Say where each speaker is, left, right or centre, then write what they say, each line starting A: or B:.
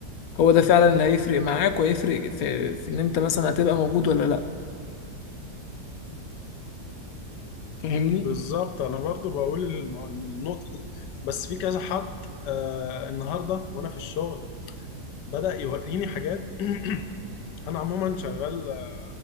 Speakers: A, on the left; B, on the left.
A: هو ده فعلا اللي هيفرق معاك وهيفرق في, في ان انت
B: ب-
A: مثلا هتبقى موجود ولا لا فاهمني
B: بالظبط انا برضو بقول الم- النقطه دي بس في كذا حد آه النهارده وانا في الشغل بدا يوريني حاجات <clears throat> انا عموما شغال آه،